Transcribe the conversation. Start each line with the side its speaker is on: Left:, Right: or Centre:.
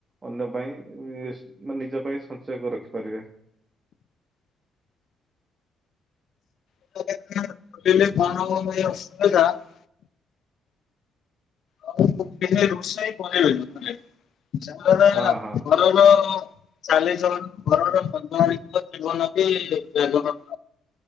Right: ଅନ୍ୟ ପାଇଁ ଏସ୍ ମାନେ ନିଜ ପାଇଁ ସଞ୍ଚୟ ରଖିପାରିବେ।
Left: <unintelligible> <unintelligible>
Right: ହଁ ହଁ
Left: <unintelligible>